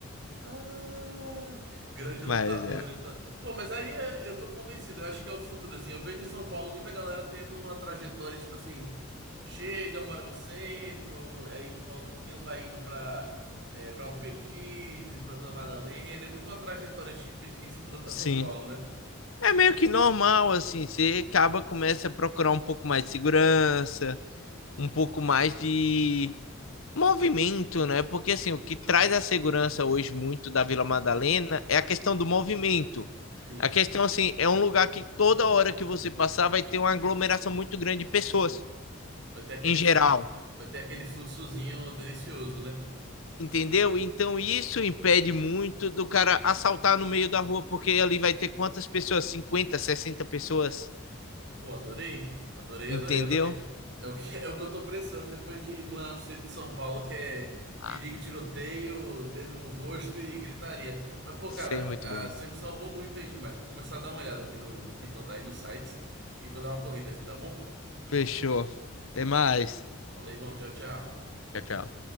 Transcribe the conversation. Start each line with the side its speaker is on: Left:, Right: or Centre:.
Right: Ah, grande lutador,
Left: Mas é,
Right: grande lutador. Pô, mas aí é- eu tô convencido, eu acho que é o futuro, assim. Eu vejo em São Paulo muita galera tendo uma trajetória, tipo assim, chega, mora no centro, aí, tipo, aos pouquinhos vai indo pra, é, pra um Perdizes, pra Vila Madalena. É muito uma trajetória típica de quem se muda pra
Left: sim.
Right: São Paulo, né?
Left: É meio que normal, assim. Você acaba, começa a procurar um pouco mais de segurança, um pouco mais de Movimento, né? Porque assim, o que traz a segurança hoje muito da Vila Madalena é a questão do movimento.
Right: Sim,
Left: A questão assim, é um lugar que toda hora que você passar vai ter uma aglomeração muito grande de pessoas
Right: vai ter aquele
Left: em geral,
Right: fluxo, vai ter aquele fluxozinho delicioso, né?
Left: entendeu? Então isso impede muito do cara assaltar no meio da rua, porque ali vai ter quantas pessoas? cinquenta sessenta pessoas,
Right: Pô, adorei. Adorei,
Left: entendeu?
Right: adorei, adorei. É o que, <laughs> é o que eu tô precisando depois de morar no centro de São Paulo, que é
Left: Ah,
Right: perigo, tiroteio, dedo no rosto e gritaria. Mas, pô,
Left: sei
Right: cara,
Left: muito bem.
Right: ah, você me salvou muito aí demais. Vou começar a dar uma olhada aqui no, no que vão dar aí nos sites e vou dar uma corrida aqui, tá bom?
Left: Fechou. Até mais.
Right: Valeu, irmão. Tchau, tchau.
Left: Tchau, tchau.